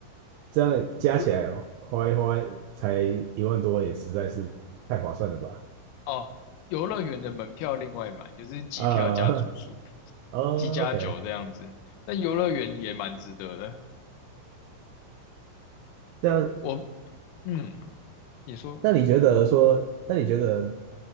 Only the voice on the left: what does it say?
游
哦，游乐园的门票另外买，就是机票加住宿，
机加酒这样子。那游乐园也蛮值得的。
我嗯你说，